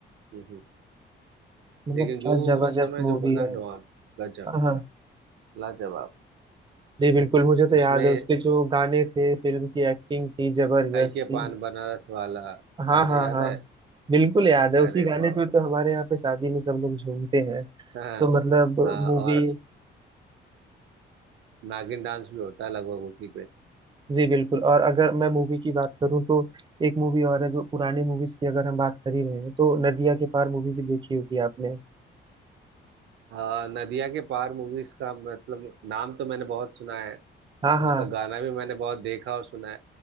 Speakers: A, on the right (about 75°); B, on the right (about 25°).
A: हम्म, हम्म।
B: मतलब
A: लेकिन
B: क्या
A: जो
B: जबरदस्त
A: उस समय
B: मूवी
A: जो बना
B: है
A: डॉन गजब
B: हाँ हाँ
A: लाजवाब
B: जी बिल्कुल मुझे तो याद
A: उसमें
B: है उसके जो गाने थे फिल्म की एक्टिंग थी जबरदस्त
A: काई के
B: थी
A: पान बनारस वाला
B: हाँ
A: गाना
B: हाँ
A: याद
B: हाँ
A: है
B: बिल्कुल याद है
A: अरे
B: उसी गाने
A: वाह
B: पे तो हमारे यहाँ पे शादी में सब लोग झूमते हैं
A: हाँ
B: तो मतलब
A: हाँ
B: मूवी
A: और नागिन डांस भी होता है लगभग उसी पे
B: जी बिल्कुल और अगर मैं मूवी की बात करूँ तो एक मूवी और है जो पुराने मूवीज की अगर हम बात कर ही रहे हैं तो नदिया के पार मूवी भी देखी होगी आपने
A: हाँ नदिया के पार मूवीज का मतलब नाम तो मैंने बहुत सुना है
B: हाँ हाँ
A: उसका गाना भी मैंने बहुत देखा और सुना है